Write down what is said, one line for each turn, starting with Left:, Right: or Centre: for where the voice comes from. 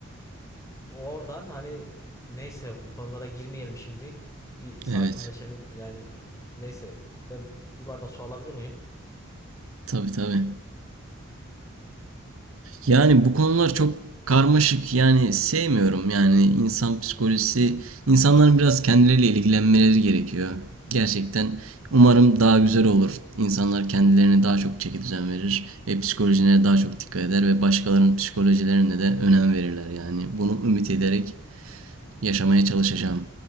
Left: Oradan hani neyse bu konulara girmeyelim şimdi. Bir sakinleşelim.
Right: evet.
Left: Yani neyse ben bir bardak su alabilir miyim?
Right: Tabii tabii. Yani bu konular çok karmaşık. Yani sevmiyorum. Yani insan psikolojisi, insanların biraz kendileriyle ilgilenmeleri gerekiyor. Gerçekten umarım daha güzel olur. İnsanlar kendilerine daha çok çeki düzen verir ve psikolojilerine daha çok dikkat eder ve başkalarının psikolojilerine de önem verirler. Yani bunu ümit ederek yaşamaya çalışacağım.